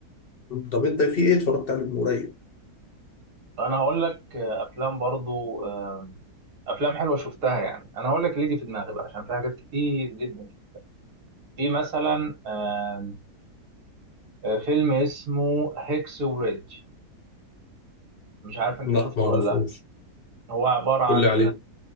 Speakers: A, on the left; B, on the right.
A: طب انت في ايه اتفرجت عليه من قريب؟
B: فانا هقول لك آه، افلام برضو آه، افلام حلوه شفتها يعني انا هقول لك اللي يجي في دماغي بقى عشان في حاجات كتير جدا في مثلا آه، آه، فيلم اسمه هيكس وريدج مش عارف انت
A: لا
B: شفته
A: ما
B: ولا
A: اعرفوش
B: لا هو عباره عن
A: قول لي عليه